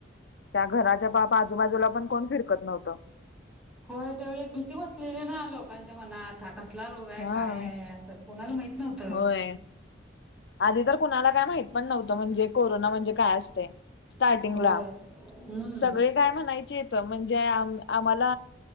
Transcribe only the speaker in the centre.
होय त्यावेळी एक भीती बसलेली ना लोकांच्या मनात. हा कसला रोग आहे,
काय आहे असं. कुणाला माहित नव्हतं.
होय हम्म